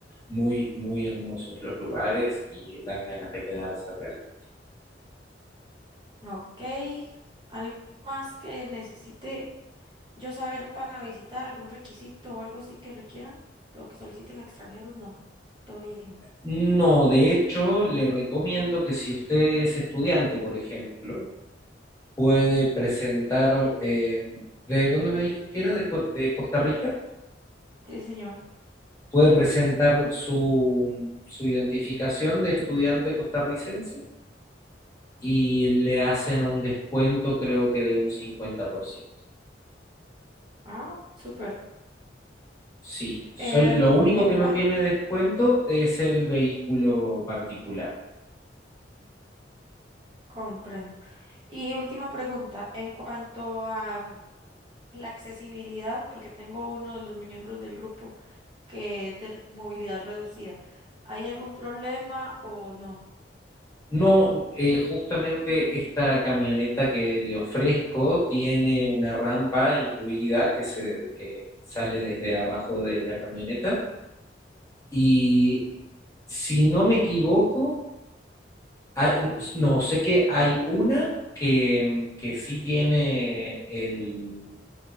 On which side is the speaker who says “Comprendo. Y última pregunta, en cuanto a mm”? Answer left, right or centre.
Right